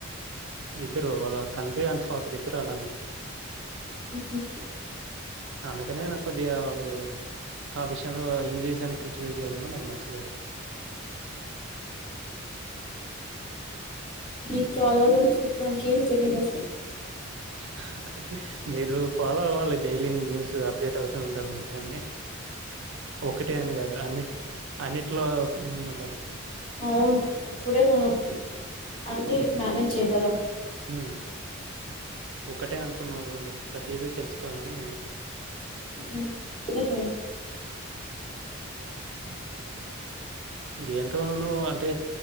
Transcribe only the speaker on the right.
ఇద్దురు అళ్ళ తండ్రి అండ్ ఫాదర్ ఇద్దరు అలానే
అందుకనే నాకి కొద్దిగా వాళ్ళు ఆ విషయంలో హిందీజాన్ని క్రిటిసైజ్ చేయడంలో నాకు నచ్చలేదు
హా మీరు ఫాలో అవ్వాలి డైలీ న్యూస్ అప్డేట్ అవుతూ ఉండాలి ఇంకండి ఒకటే అని కాదు అన్ని అన్నిట్లో ముందు ఉండాలి
వ్మ్ ఒకటే అనుకున్న ఒళ్ళు ప్రతిదీ తెలుసుకోవాలని
హ్మ్ దేంటోనోను అంటే